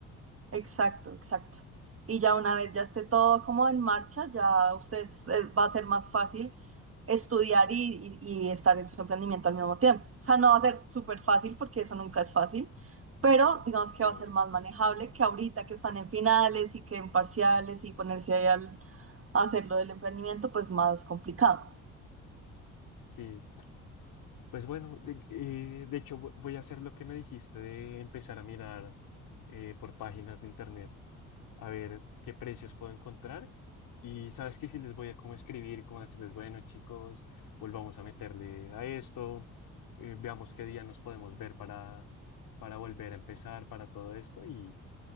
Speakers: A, on the right; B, on the left.
A: Exacto, exacto. Y ya una vez ya esté todo como en marcha, ya ustedes eh, va a ser más fácil estudiar y, y- y estar en su emprendimiento al mismo tiempo. O sea, no va a ser súper fácil porque eso nunca es fácil, pero digamos que
B: Y
A: va
B: obvio.
A: a ser más manejable que ahorita que están en finales y que en parciales y ponerse ahí al a hacer lo del emprendimiento, pues más complicado.
B: Sí, Pues bueno, de, eh, de hecho vo- voy a hacer lo que me dijiste de empezar a mirar eh, por páginas de internet a ver qué precios puedo encontrar. Y sabes que si les voy a como escribir, como decirles, bueno chicos, volvamos a meterle a esto, eh, veamos qué día nos podemos ver para, para volver a empezar, para todo esto y,